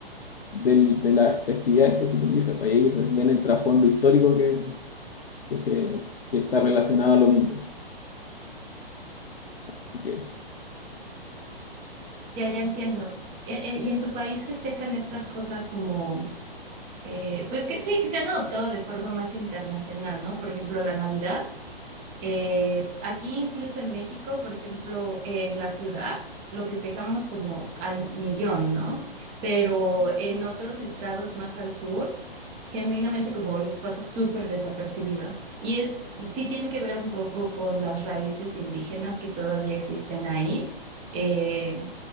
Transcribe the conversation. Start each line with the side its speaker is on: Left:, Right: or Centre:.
Left: del- de las festividades que se utiliza Para ahí ven el trasfondo histórico que, que se, que está relacionado a lo mismo. Así que eso.
Right: Ya, ya entiendo. E- e- ¿Y en tu país festejan estas cosas como... eh, pues que sí, que se han adoptado de forma más internacional, ¿no? Por ejemplo, la Navidad. Eh, aquí incluso en México, por ejemplo, en la ciudad, lo festejamos como al millón, ¿no? Pero en otros estados más al sur, genuinamente como les pasa súper desapercibido. Y es, sí tiene que ver un poco con las raíces indígenas que todavía existen ahí. eh,